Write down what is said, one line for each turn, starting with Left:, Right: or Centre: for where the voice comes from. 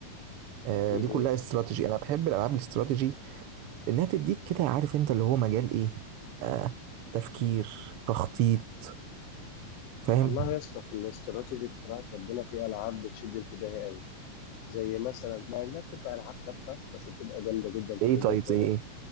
Right: آه،
Left: دي
Right: دي كلها استراتيجي انا بحب الالعاب الاستراتيجي لانها تديك كده عارف انت اللي هو مجال ايه آه تفكير تخطيط فاهم
Left: والله يا اسطى في الاستراتيجي بصراحه ربنا في العاب بتشد انتباهي زي مثلا مع انها بتبقى العاب تافهه بس بتبقى جامده جدا في
Right: ايه
Left: وجهه
Right: طيب زي
Left: نظري
Right: ايه